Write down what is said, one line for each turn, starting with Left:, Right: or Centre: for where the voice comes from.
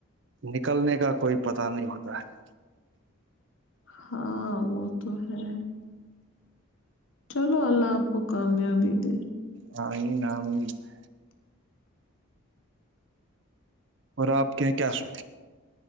Right: نکلنے کا کوئی پتا نہیں ہوتا ہے <unintelligible>
Left: ہاں وہ تو ہے چلو اللہ آپ کو کامیابی دے
Right: ہاں یہ نام <unintelligible> اور آپ کے کیا سو